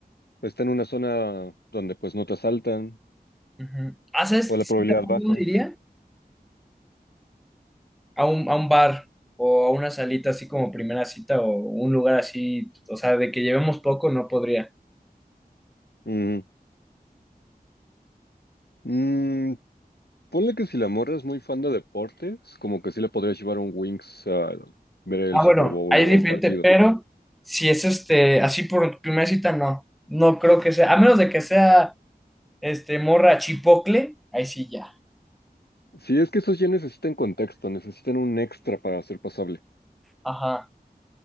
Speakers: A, on the left; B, in the centre.
A: está en una zona donde pues no te asaltan
B: Ujú. Ah, ¿sabes
A: o
B: qué
A: la probabilidad
B: sí tampoco
A: baja.
B: diría? A un, a un bar o a una salita así como primera cita o un lugar así, o sea, de que llevemos poco no podría.
A: Ujú. Mm, ponle que si la morra es muy fan de deportes, como que sí le podrías llevar un Wings a ver el
B: Ah,
A: Super
B: bueno,
A: Bowl
B: ahí
A: o
B: es diferente,
A: el partido.
B: pero si es este, así por primera cita no, no creo que sea, a menos de que sea este morra chipocle, ahí sí ya.
A: Sí, es que esos ya necesitan contexto, necesitan un extra para ser pasable.
B: Ajá.